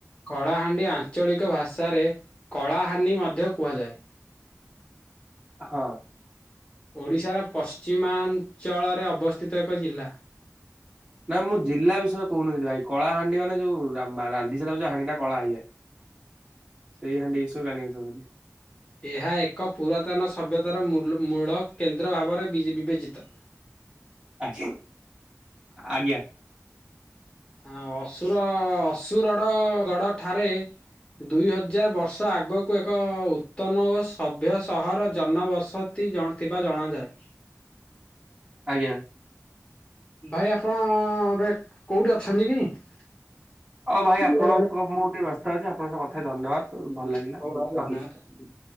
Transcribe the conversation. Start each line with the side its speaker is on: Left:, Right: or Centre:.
Left: କଳାହାଣ୍ଡି ଆଞ୍ଚଳିକ ଭାଷାରେ କଳାହାନି ମଧ୍ୟ କୁହାଯାଏ।
Right: ହଁ।
Left: ଓଡ଼ିଶାର ପଶ୍ଚିମାଞ୍ଚଳରେ ଅବସ୍ଥିତ ଏକ ଜିଲ୍ଲା।
Right: ନା ମୁଁ ଜିଲ୍ଲା ବିଷୟରେ କହୁନଥିଲି ଭାଇ କଳା ହାଣ୍ଡି ମାନେ ଯୋଉ ରାନ୍ଧି ସାରିଲା ପରେ ଯଉ ହଣ୍ଡି ଟା କଳା ହେଇଯାଏ।
Left: <inaudible>
Right: ସେଇ ହାଣ୍ଡି ବିଷୟରେ ଜାଣିବାକୁ ଚାହୁଥିଲି।
Left: ଏହା ଏକ ପୁରାତନ ସଭ୍ୟତାର ମୂଳ କେନ୍ଦ୍ର ଭାବରେ ବିବେଚିତ।
Right: ଆଜ୍ଞା, ଆଜ୍ଞା।
Left: ଆ ଅସୁର ଅସୁରଡ ଗଡ ଠାରେ ଦୁଇ ହଜାର ବର୍ଷ ଆଗକୁ ଏକ ଉତ୍ତନ ଓ ସଭ୍ୟ ସହର ଜନବସତି ଜଣ ଥିବା ଜଣାଯାଏ।
Right: ଆଜ୍ଞା।
Left: ଭାଇ ଆପଣ କୋଉଠି ଅଛନ୍ତି କି? <unintelligible>
Right: ହଉ ଭାଇ ଆପଣଙ୍କ
Left: ହଉ
Right: ମୁଁ ଟିକେ ବ୍ୟସ୍ତ
Left: ଭାଇ
Right: ଅଛି ଆପଣଙ୍କ ସହ କଥା ହେଇ ଧନ୍ୟବାଦ
Left: ଧନ୍ୟ
Right: ଭଲ ଲାଗିଲା
Left: ବାଦ୍।
Right: ରଖୁଛି।